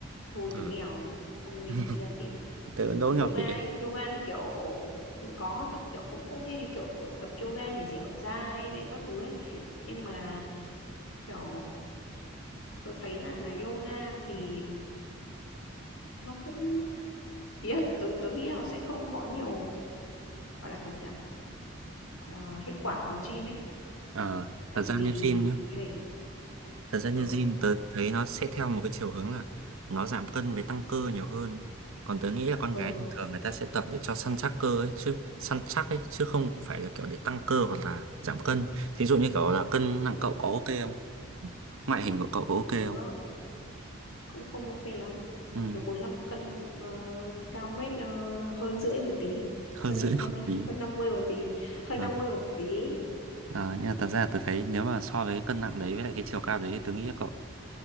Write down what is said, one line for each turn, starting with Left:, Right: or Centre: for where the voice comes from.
Left: thôi
Right: Ừ.
Left: tớ nghèo tớ không đi
Right: <laughs>
Left: tập Pilates
Right: Tớ đố
Left: còn
Right: Ngọc
Left: yoga
Right: chị
Left: ấy
Right: ấy.
Left: yoga thì kiểu có tôi kiểu cũng cũng nghe thấy kiểu tập yoga thì dẻo dai các thứ ấy thế nhưng mà kiểu tớ thấy là yoga thì nó cũng ý là tớ tớ nghĩ là nó sẽ không có nhiều gọi là cái gì nhỉ gọi là hiệu quả bằng gym ấy
Right: Ờ.
Left: tại
Right: Thật ra
Left: vì
Right: như gym nhá.
Left: hệ
Right: Thật ra như
Left: ờ
Right: gym tớ
Left: ờ
Right: thấy nó sẽ theo một cái chiều hướng là nó giảm cân với tăng cơ nhiều hơn. Còn tớ nghĩ là con
Left: ờ,
Right: gái thường thường người ta sẽ tập để cho săn chắc cơ ấy chứ săn chắc ấy chứ không phải là kiểu để tăng cơ hoặc là giảm cân. Thí dụ như kiểu là cân nặng cậu có ok không? Ngoại hình của cậu có ok
Left: tớ
Right: không?
Left: cũng không ok lắm
Right: Ừ,
Left: tớ bốn lăm cân ờ, cao mét ờ, hơn rưỡi một tí
Right: hơn
Left: hơn
Right: rưỡi
Left: hơn
Right: một tí.
Left: hơn 50 một tí hơn
Right: Ờ,
Left: 50 một tí
Right: ờ, nhưng mà thật ra tôi thấy nếu mà so với cái cân nặng đấy với lại cái chiều cao đấy tôi nghĩ là cậu